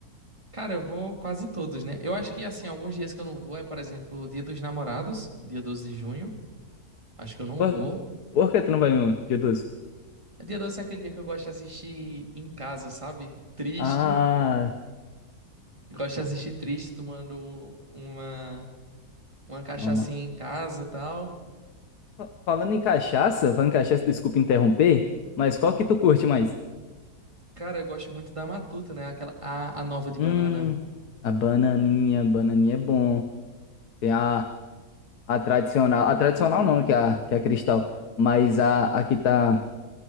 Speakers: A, on the right; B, on the left.
A: cara, eu vou quase todos, né? Eu acho que, assim, alguns dias que eu não vou é, por exemplo, o Dia dos Namorados, dia 12 de junho. Acho que eu não
B: Por,
A: vou.
B: por que tu não vai no dia 12?
A: Dia 12 é aquele dia que eu gosto de assistir em casa, sabe? Triste.
B: Ah,
A: Gosto de assistir triste tomando uma, uma cachaçinha
B: mama.
A: em casa e tal.
B: Fa- Falando em cachaça, falando em cachaça, desculpa interromper, mas qual que tu curte mais?
A: Cara, eu gosto muito da Matuta, né? Aquela, a, a nova de
B: Hum,
A: banana.
B: a bananinha, bananinha é bom. Tem a, a tradicional, a tradicional não, que é a, que é a cristal, mas a, a que tá,